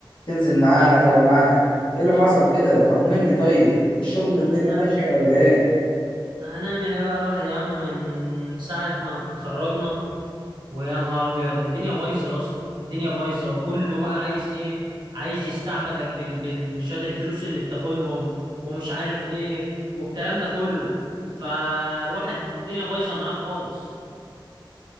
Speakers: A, on the left; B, on the right.
A: تنزل معانا تقعد معانا ايه اللي حصل كده طمني طيب الشغل الدنيا
B: هنعمل
A: ماشية ولا ايه
B: هنعمل ايه بقى الواحد يا عم من ساعة ما اتخرجنا ويا نهار ابيض الدنيا بايظة يا اسطى الدنيا بايظة وكله بقى عايز ايه عايز يستعبدك بال... بال... بشوية الفلوس اللي بتاخدهم ومش عارف ايه والكلام ده كله فالواحد الدنيا بايظة معاه خالص